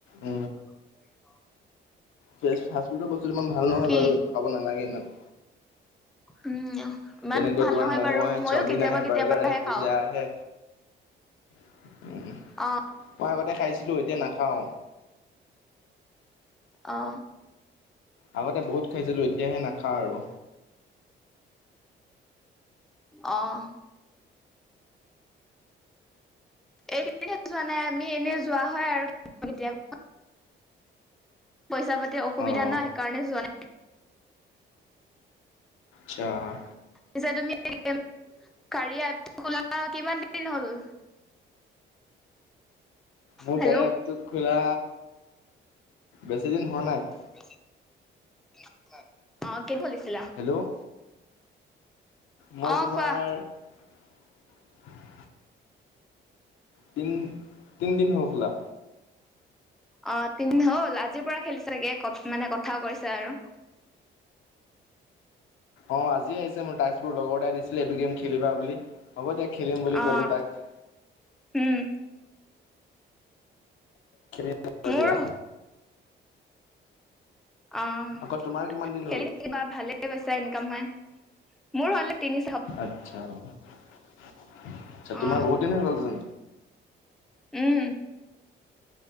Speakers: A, on the left; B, in the centre.
A: উ
B: <unintelligible>
A: ফেচ ফাষ্টফুডৰ বস্তুটো ইমান ভাল নহয়
B: কি
A: বাৰু, এইটো খাব নালাগে ইমান।
B: উম ইমান
A: তেনেকুৱা
B: ভাল
A: তোমাৰ
B: নহয়
A: ম'ম'
B: বাৰু
A: আহে,
B: মইয়ো
A: চাওমিন
B: কেতিয়াবা
A: আহে,
B: কেতিয়াবাহে
A: বাৰ্গাৰ আহে, পিজ্জা
B: খাওঁ
A: আহে। <inaudible>
B: অ
A: মই আগতে খাইছিলো এতিয়া নাখাওঁ।
B: অ'।
A: আগতে বহুত খাইছিলো এতিয়াহে নাখাওঁ আৰু।
B: অ' এইকেদিন হে যোৱা নাই আমি এনে যোৱা হয় আৰু কেতিয়াৱ- পইচা-পাতি অসুবিধা
A: অঁ
B: নাই সেইকাৰণে যোৱা নাই।
A: চ্ছা'
B: পিছে তুমি গেম- কাৰিয়া এপটো খোলা কিমান দিন হ'ল?
A: মোৰ
B: হেল্ল'
A: কাৰিয়া এপটো খোলা, বেছি দিন হোৱা নাই।
B: বেছি- দিন হো নাই। অ' কি বলিছিলা?
A: হেল্ল' মই
B: অ'
A: তোমাৰ
B: কোৱা?
A: <inaudible> তিনি-তিনদিন হ'ল খোলা।
B: অ' তিন হ'ল আজিৰ পৰা খেলিছাগে ক মানে কথাও কৰিছা আৰু।
A: অ', আজিয়ে আহিছে মোৰ টাক্কবোৰ লগৰ এটাই দিছিলে এইটো গেম খেলিবা বুলি, হ'ব দিয়া খেলিম বুলি
B: অ
A: কলোঁ তাক।
B: উম।
A: <unintelligible>
B: মোৰ
A: দিয়া।
B: অ',
A: আকৌ তোমাৰ কিমান দিন
B: খেলি
A: হ'ল?
B: থাকিবা ভালে পইচা ইনকাম হয়, মোৰ হ'লে তিনিশ
A: আচ্ছা, আচ্ছা তোমাৰ
B: অ
A: বহুত দিন হৈ গ'ল চোন।
B: উম।